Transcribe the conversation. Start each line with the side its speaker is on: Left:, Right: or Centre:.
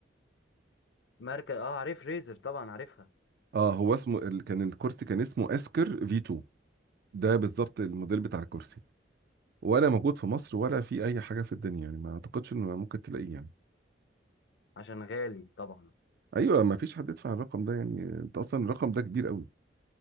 Left: ماركه اه عارف ريزر طبعا عارفها
Right: اه هو اسمه ال- كان الكرسي كان اسمه اسكر في 2 ده بالظبط الموديل بتاع الكرسي ولا موجود في مصر ولا في اي حاجه في الدنيا يعني ما اعتقدش انه ممكن تلاقيه يعني
Left: عشان غالي طبعا
Right: ايوه ما فيش حد يدفع الرقم ده يعني انت اصلا الرقم ده كبير قوي